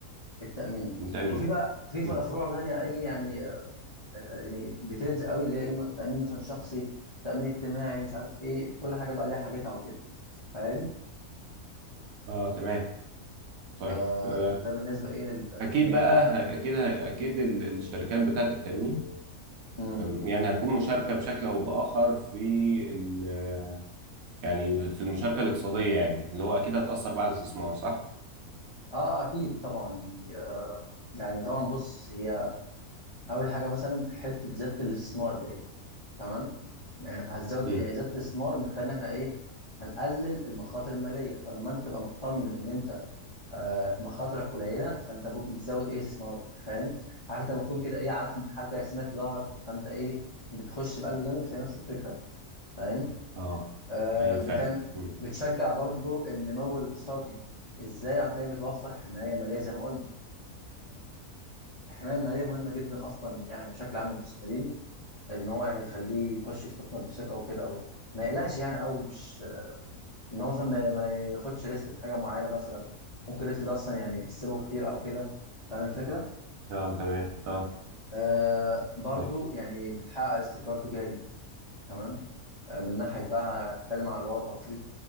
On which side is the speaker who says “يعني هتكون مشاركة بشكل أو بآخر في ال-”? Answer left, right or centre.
Right